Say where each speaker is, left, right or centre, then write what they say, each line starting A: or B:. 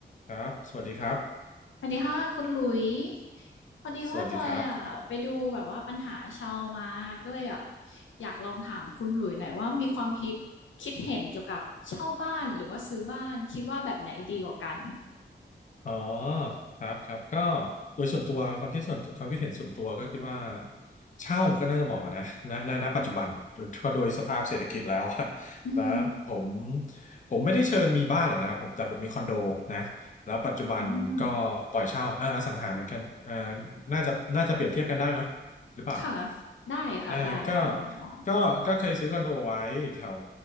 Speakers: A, on the left; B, on the left.
A: ครับสวัสดีครับ
B: สวัสดีค่ะคุณหลุยพอดีว่าจอยอ่ะไปดูแบบว่าปัญหาชาวมาก็เลยแบบ
A: สวัสดีครับ
B: อยากลองถามคุณหลุยหน่อยว่ามีความคิดคิดเห็นเกี่ยวกับเช่าบ้านหรือว่าซื้อบ้านคิดว่าแบบไหนดีกว่ากัน
A: อ๋อครับครับก็โดยส่วนตัวความคิดส่วนความคิดเห็นส่วนตัวก็คิดว่าเช่าก็น่าจะเหมาะกันนะณณณปัจจุบันถ้าโดยสภาพเศรษฐกิจแล้วอะ <laughs>
B: อืม
A: แล้วผมผมไม่ได้เชิงมีบ้านหรอกนะครับผมแต่ผมมีคอนโดนะแล้วปัจจุบันก็ปล่อยเช่าอ่าอสังหาเหมือนกันอ่า
B: อืม
A: น่าจะน่าจะเปรียบเทียบกันได้เนาะหรือเปล่า
B: ค่ะได้ค่ะได้ค่ะในมุมมอง
A: อ่าก็ก็ก็เคยซื้อคอนโดไว้แถว